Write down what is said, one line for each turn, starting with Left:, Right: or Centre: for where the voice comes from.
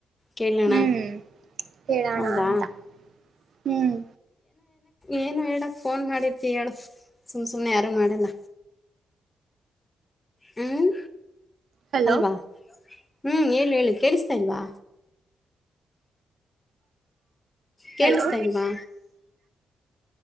Left: ಕೇಳೋಣ
Right: ಹ್ಮ್ ಹೇಳೋಣ
Left: ಹೌದಾ
Right: ಅಂತ ಹ್ಮ್
Left: ಏನು ಹೇಳಕ್ ಫೋನ್ ಮಾಡಿರ್ತಿ ಹೇಳು ಸುಮ್ ಸುಮ್ನೆ ಯಾರು ಮಾಡಲ್ಲ ಹ್ಮ್
Right: ಹಲೋ
Left: ಅಲ್ವಾ ಹ್ಮ್ ಹೇಳು ಹೇಳು ಕೇಳಿಸ್ತಿಲ್ಲ ಇಲ್ವಾ ಕೇಳಿಸ್ತಾ
Right: ಹಲೋ
Left: ಇಲ್ವಾ